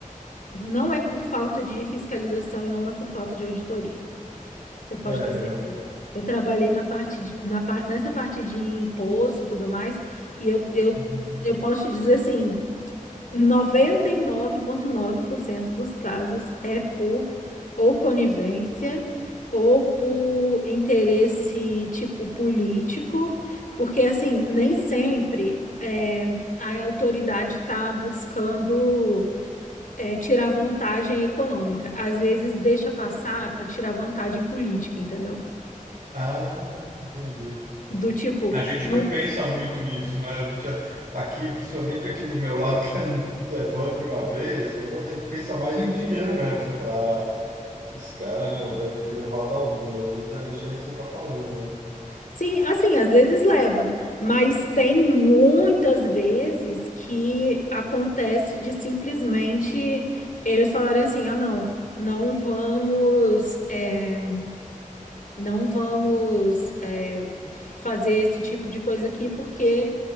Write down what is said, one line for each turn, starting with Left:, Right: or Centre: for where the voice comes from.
Left: não é por falta de fiscalização e não é por falta de auditoria. Você pode
Right: É,
Left: ter certeza.
Right: né?
Left: Eu trabalhei na parte de- na, par- nessa parte de imposto e tudo mais, e eu, eu,
Right: Uhum.
Left: eu posso te dizer assim, noventa e nove vírgula nove por cento dos casos é por ou conivência ou por interesse tipo político, porque assim, nem sempre é, a autoridade está buscando é, tirar vantagem econômica. Às vezes deixa passar para tirar vantagem política, entendeu?
Right: Ah, entendi.
Left: Do tipo,
Right: A gente
Left: não,
Right: não pensa muito nisso, né? A gente é- aqui, principalmente aqui do meu lado, <laughs> que é, é banco na veia, esse negócio, a gente pensa mais em dinheiro mesmo. Você fala, ah, esses caras, meu, devem ter levado algum. E às vezes é isso aí que você está falando, né?
Left: Sim, assim, às vezes leva, mas tem muitas vezes que acontece de simplesmente eles falarem assim: ah, não, não vamos, é, não vamos, é, fazer esse tipo de coisa aqui porque